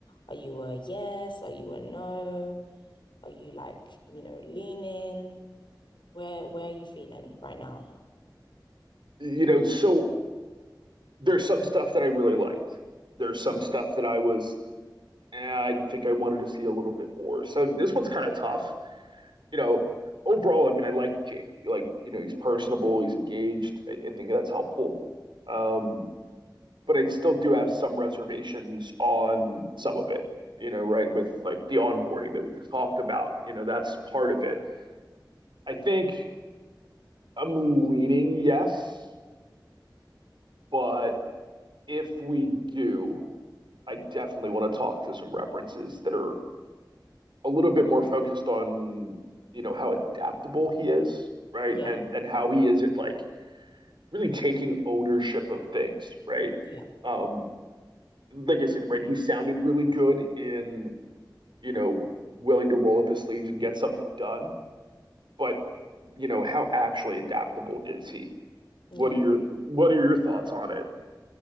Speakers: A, on the left; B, on the right.
A: Are you a yes? Are you a no? Are you like, you know, leaning? Where where are you feeling right now?
B: You know, so there's some stuff that I really liked. There's some
A: Mhm.
B: stuff that I was, eh, I think I wanted to see a little bit more. So this one's kind of tough you know, overall, I mean, I liked Jake. Like, you know, he's personable, he's engaged. I, I think that's helpful. Um, but I still do have some reservations on some of it, you know, right? With like the onboarding that we just talked about, you know, that's part of it. I think I'm leaning yes, but if we do, I definitely want to talk to some references that are a little bit more focused on, you know, how adaptable he is, right?
A: Yeah,
B: And and how he isn't like really taking ownership of things, right?
A: yeah,
B: Um, like I said, right, he sounded really good in, you know, willing to roll up his sleeves and get something done, but you know, how actually adaptable is he?
A: yeah.
B: What are your what are your thoughts on it?